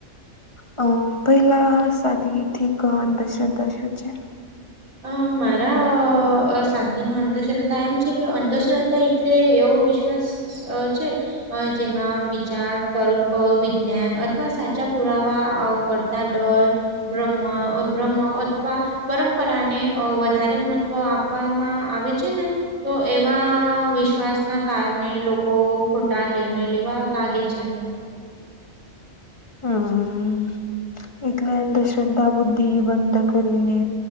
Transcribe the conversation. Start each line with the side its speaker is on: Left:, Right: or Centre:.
Left: અ પહેલા સાથી ઠીક અંધશ્રદ્ધા શું છે?
Right: અ મારા અ સાદગી ન અંધશ્ર્ધા એમ છે કે અંધશ્રદ્ધા એટલે એવો વિશ્વાસ. અ છે. અ જેમાં વિચાર તર્ક વિજ્ઞાન અથવા સાચા પુરાવા અ ક તા ડર, બ્ર્મ, અ બ્રહ્મ અથવા પરં પરા ને અ વધારે મહત્વ આપવામાં આવે છે ને. તો એવા વિશ્વાસ ના કારણે લોકો ખોટા નિર્ણય લેવા લાગે છે.
Left: હા. એટલે અંધ શ્રદ્ધા બુદ્ધિ બંધ કરીને.